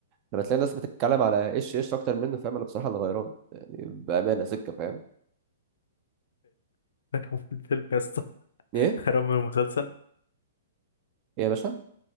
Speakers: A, on the right; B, on the left.
A: لما تلاقي الناس بتتكلم على ايش ايش اكتر منه فاهم انا بصراحه اللي غيران يعني بامانه سكه فاهم
B: غيرهم من الفيلم <laughs> يا اسطى
A: ايه
B: غيرهم من المسلسل
A: ايه يا باشا